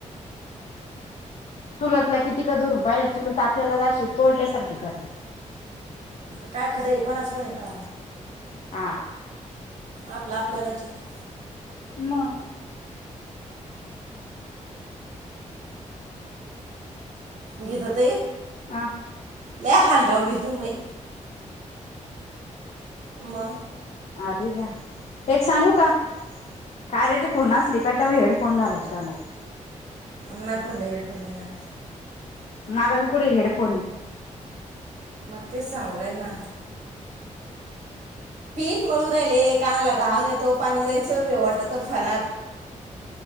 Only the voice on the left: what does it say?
चुलातला किती का धरून पाहि चुलत आपल्या तोडल्यासार कर
ह
म
अ
अर द एक सांगू का कार्याचे फोन असली का तेव्हा हेडफोन घालायचे कानात
मला भी कड हेडफोन